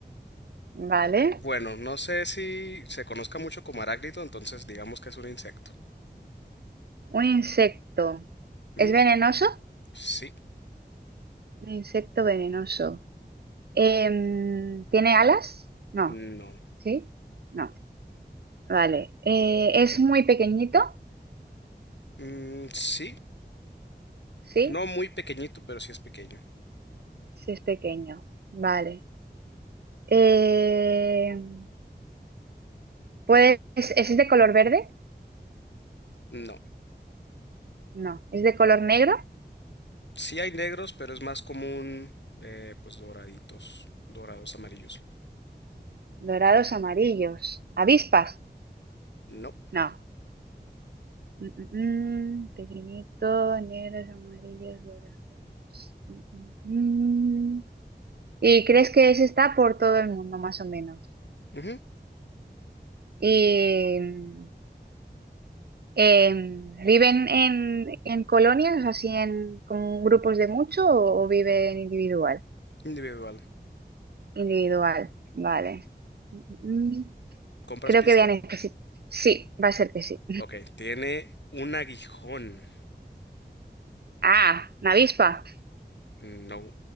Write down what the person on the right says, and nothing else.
Vale.
Un insecto.
¿Es venenoso?
Un insecto venenoso. Em, ¿tiene alas? No.
¿Sí? No. Vale. Eh, ¿es muy pequeñito?
Sí.
Sí es pequeño. Vale. Em, ¿puede- es, es de color verde?
No. ¿Es de color negro?
Dorados, amarillos. ¿Avispas?
No. Mm, mm, mm. Pequeñito, negros, amarillos, dorados. Mm, mm, mm. Y crees que ese está por todo el mundo, más o menos.
Y mm, em, ¿viven en, en colonias, así en como grupos de mucho, o, o viven individual?
Individual, vale. Mm,
Creo
que voy a necesitar. Sí, Sí, va a ser que sí.
Ah, una avispa.